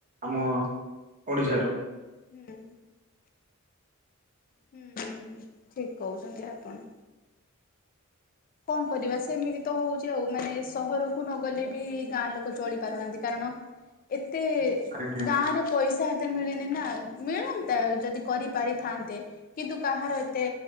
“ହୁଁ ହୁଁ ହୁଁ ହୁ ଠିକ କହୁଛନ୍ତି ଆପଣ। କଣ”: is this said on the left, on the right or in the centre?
Left